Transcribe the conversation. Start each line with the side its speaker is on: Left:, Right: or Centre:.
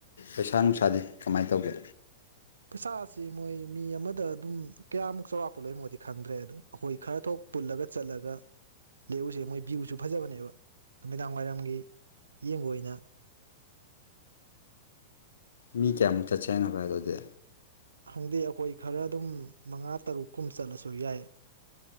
Left: ꯄꯩꯁꯥ ꯅꯨꯡꯁꯥꯗꯤ ꯀꯃꯥꯏꯅ ꯇꯧꯒꯦ
Right: ꯏꯁꯥꯁꯤ ꯃꯣꯏ ꯃꯤ ꯑꯃꯗ ꯑꯗꯨꯝ ꯀꯌꯥꯃꯨꯛ ꯆꯥꯎꯔꯥꯛꯄ ꯂꯣꯏꯅ ꯃꯣꯗꯤ ꯈꯪꯗ꯭ꯔꯦ ꯑꯗꯣ ꯑꯩꯈꯣꯏ ꯈꯔ ꯊꯣꯛ ꯄꯨꯜꯂꯒ ꯆꯠꯂꯒ ꯂꯩꯎꯁꯦ ꯃꯣꯏ ꯚ꯭ꯌꯨꯁꯨ ꯐꯖꯕꯅꯦꯕ ꯅꯨꯃꯤꯗꯥꯡ ꯋꯥꯏꯔꯝꯒꯤ ꯌꯦꯡꯕ ꯑꯣꯏꯅ
Left: ꯃꯤ ꯀꯌꯥꯃꯨꯛ ꯆꯠꯁꯦ ꯍꯥꯏꯅꯣ ꯍꯥꯏꯗꯣ ꯑꯗꯨꯗꯤ
Right: ꯍꯪꯗꯤꯦ ꯑꯩꯈꯣꯏ ꯈꯔ ꯑꯗꯨꯝ ꯃꯉꯥ ꯇꯔꯨꯛ ꯀꯨꯝ ꯆꯠꯂꯁꯨ ꯌꯥꯏ